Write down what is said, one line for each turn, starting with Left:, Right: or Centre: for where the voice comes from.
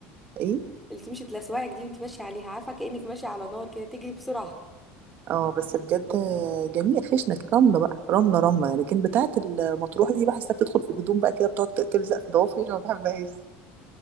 Right: إيه؟
Centre: اللي تمشي تلسوعك دي وانت ماشيه عليها عارفه كانك ماشيه على نار كده تجري بسرعه
Right: اه بس بجد جميل خشنة رملة بقى رملة رملة يعني لكن بتاعة المطروح دي بحسها بتدخل في الهدوم بقى كده بتقعد تلزق في ضوافري ما بحبهاش